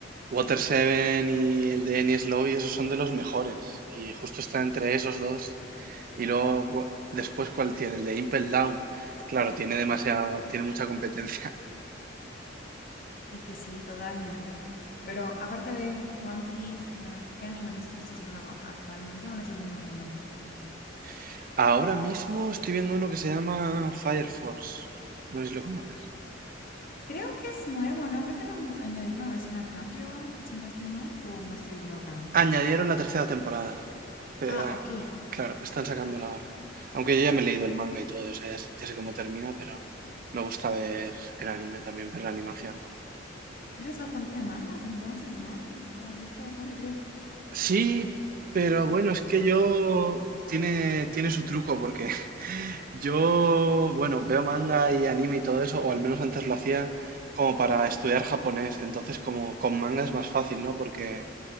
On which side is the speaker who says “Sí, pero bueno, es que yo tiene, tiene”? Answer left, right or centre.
Right